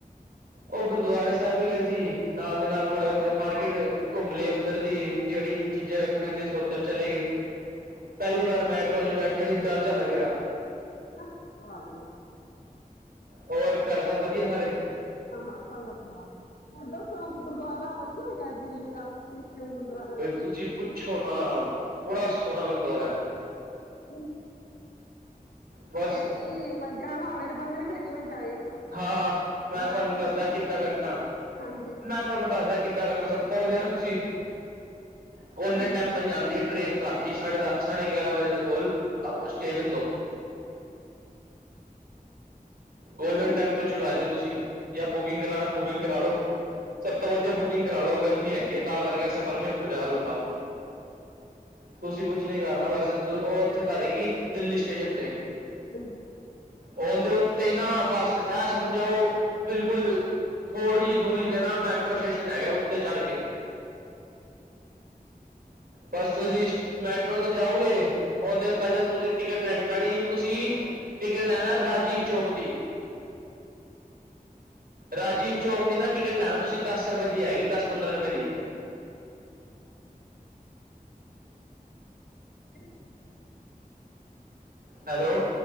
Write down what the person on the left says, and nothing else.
ਹ, 'ਚ।
ਹਾਂ -ਹਾਂ ਸਭ ਵਧੀਆ ਦਸੋ ਗੁਰਦੁਆਰਾ ਵਧੀਆ ਹੈਗਾ ਦਿੱਲੀ ਦਾ, ਕ੍ਰਿਸ਼ਨ ਗੁਰਦੁਆਰਾ
<unintelligible>
ਇਹ ਕਿ ਮਰਜਾਣਾ ਹੋਵੇ, ਤੇ ਬੰਦੇ ਨੇ ਫਿਰ ਕਿਵੇਂ ਜਾਏ
ਰਾਤ
ਦੀ
ਗੱਡੀ ਫੜੇ
ਹਾਂਜੀ
ਹਾਂਜੀ
ਹਾਂਜੀ
ਹਾਂਜੀ
ਹਾਂਜੀ
<inaudible> ਹਮ।